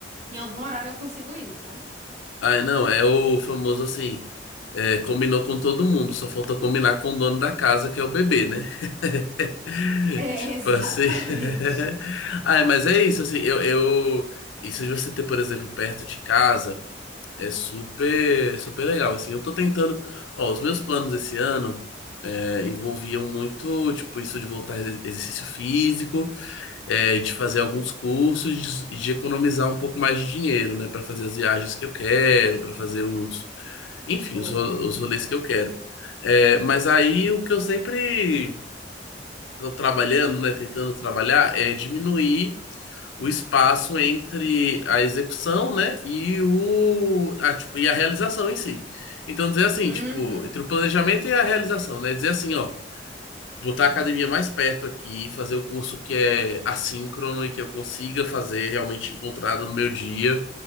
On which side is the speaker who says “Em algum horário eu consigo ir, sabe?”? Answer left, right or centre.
Right